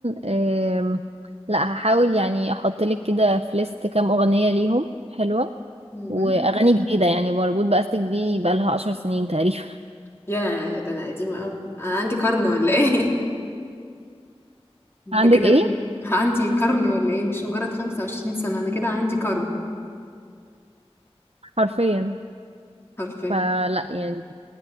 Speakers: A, on the right; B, on the left.
A: آم، لا هحاول يعني احط لك كده في ليست كام اغنية ليهم حلوة
B: مهم.
A: واغاني جديدة يعني مربوط باستك دي بقالها عشر سنين تقريبا
B: يا ده انا قديمه قوي انا عندي قرن ولا ايه <laughs>
A: <laughs> عندك
B: ده كده
A: ايه
B: عندي قرن ولا ايه مش مجرد 25 سنه انا كده عندي قرن
A: حرفيا
B: حرفيا
A: فلا يعني